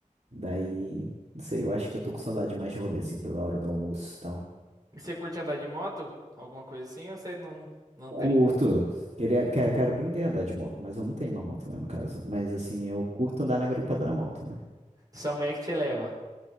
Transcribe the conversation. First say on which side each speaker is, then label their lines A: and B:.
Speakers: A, on the right; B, on the right.
A: Daí, não sei, eu acho que eu tô com saudade mais de rolê, assim, pela hora do almoço e tal.
B: E você curte andar de moto? Alguma coisa assim? Ou você não, não
A: Curto.
B: tem?
A: Queria, quero, quero aprender a andar de moto, mas eu não tenho uma moto, né, no caso. Mas assim, eu curto andar na garupa da moto, né?
B: Sua mulher que te leva.